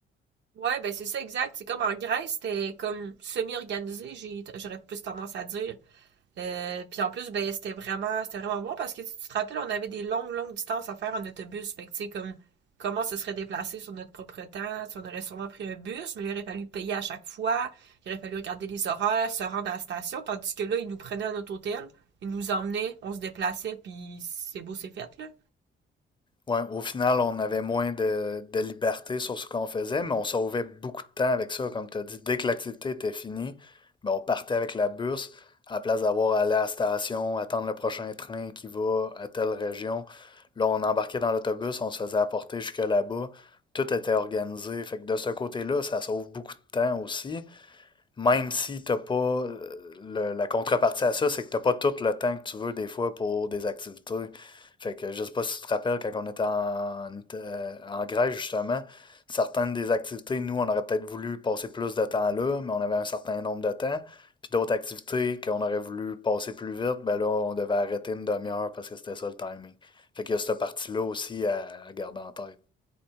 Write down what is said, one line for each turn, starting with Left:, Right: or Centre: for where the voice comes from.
Right: Ouais, ben c'est ça exact. C'est comme en Grèce, c'était comme semi-organisé, j'ai j'aurais plus tendance à dire. Euh, puis en plus, ben c'était vraiment c'était vraiment bon parce que tu sais, tu te rappelles, on avait des longues, longues distances à faire en autobus. Fait que tu sais, comme comment se serait déplacé sur notre propre temps, tu sais, on aurait sûrement pris un bus, mais il aurait fallu payer à chaque fois, il aurait fallu regarder les horaires, se rendre à la station, tandis que là, ils nous prenaient à notre hôtel, ils nous emmenaient, on se déplaçait, puis c'est beau, c'est fait, là.
Left: Ouais, au final, on avait moins de, de liberté sur ce qu'on faisait, mais on sauvait beaucoup de temps avec ça, comme tu as dit. Dès que l'activité était finie, ben, on partait avec la bus, à la place d'avoir à aller à la station, attendre le prochain train qui va à telle région. Là, on embarquait dans l'autobus, on se faisait apporter jusque là-bas. Tout était organisé. Fait que de ce côté-là, ça sauve beaucoup de temps aussi même si t'as pas euh, le- la contrepartie à ça, c'est que t'as pas tout le temps que tu veux des fois pour des activités. Fait que je sais pas si tu te rappelles quand on était en, Ita- euh, en Grèce justement, certaines des activités, nous, on aurait peut-être voulu passer plus de temps là, mais on avait un certain nombre de temps. Puis d'autres activités qu'on aurait voulu passer plus vite, ben là, on devait arrêter une demi-heure parce que c'était ça le timing. Fait qu'il y a cette partie-là aussi à à garder en tête.